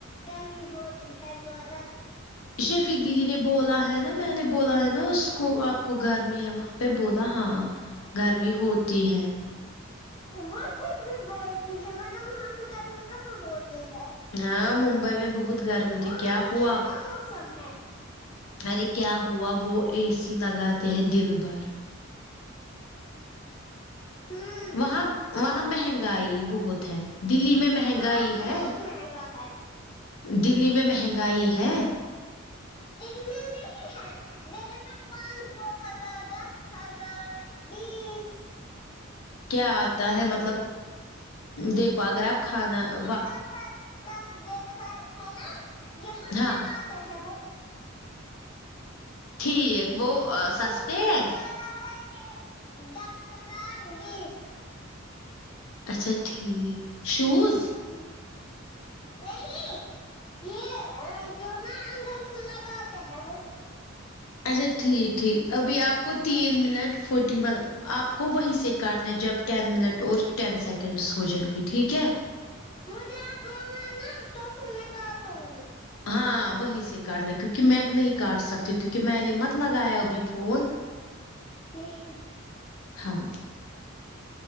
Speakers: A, on the left (about 25°); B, on the left (about 85°).
A: گرمی ہوتی ہے زیادہ
B: شیفک دیدی نے بولا ہے نا میں نے بولا ہے نا اس کو آپ کو گرمی ہے وہاں پہ بولا ہاں گرمی ہوتی ہے
A: وہ خود بھی بولتی ہے مگر وہاں پے گرمی کہاں ہوتی ہے
B: ہاں ممبئی میں بہت گرمی ہوتی
A: وہاں
B: کیا
A: تو
B: ہوا
A: ٹھنڈا موسم ہے
B: ارے کیا ہوا وہ اے سی لگاتے ہیں دن بھر
A: ہوں
B: وہاں وہاں مہنگائی بہت ہے دلی میں مہنگائی
A: ہاں
B: ہے
A: بہت مہنگا ہے
B: دلی میں مہنگائی ہے
A: دلی میں نہیں ہے دلی میں پانچ سو دو ہزار دس ہزار بیس
B: کیا آتا ہے مطلب دیکھو اگر آپ کھانا وا
A: تب تب ہے نا جو ہم
B: ہاں
A: لگاتے ہیں وہی
B: ٹھیک وہ آ سستے
A: سوٹ
B: ہے
A: وغیرہ ہے یہ دس ہزار بیس
B: اچھا ٹھیک شوز
A: ہم نہیں یہ او جو نا منگل سے لگاتے ہیں وہی
B: اچھا ٹھیک ٹھیک ابھی آپ کو تین منٹ فورٹی ون آپ کو وہیں سے کاٹنا ہے جب ٹین منٹ اور ٹین سیکنڈس ہو جائیں گی ٹھیک ہے
A: مجھے آپ بولنا ہے نا تو پھر میں کاٹوں گی
B: ہاں وہی سے کاٹنا کیونکہ میں نہیں کاٹ سکتی کیونکہ میں نے مت لگایا ابھی فون
A: نہیں
B: ہاں